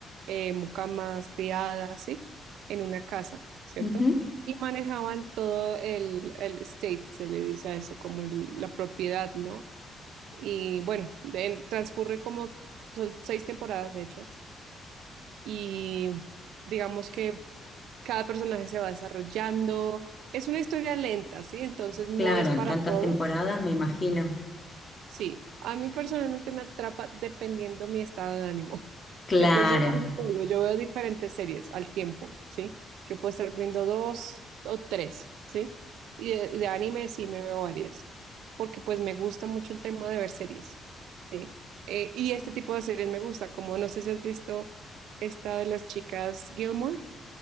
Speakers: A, on the right; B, on the left.
A: eh, mucamas, criadas, ¿sí? En una casa, ¿cierto?
B: Ujú.
A: Y manejaban todo el, el estate, se le dice a eso, como el- la propiedad, ¿no? Y bueno, de- transcurre como, son seis temporadas de hecho, y digamos que cada personaje se va desarrollando. Es una historia lenta, ¿sí? Entonces no
B: Claro,
A: es para
B: tantas
A: todos,
B: temporadas, me imagino.
A: Sí, a mí personalmente me atrapa dependiendo mi estado de ánimo. <laughs>
B: Claro.
A: Entonces yo por eso te digo, yo veo diferentes series al tiempo, ¿sí? Yo puedo estar viendo dos o tres, ¿sí? Y de, de anime sí me veo varias, porque pues me gusta mucho el tema de ver series, ¿sí? Eh, y este tipo de series me gusta, como no sé si has visto esta de las chicas Gilmore.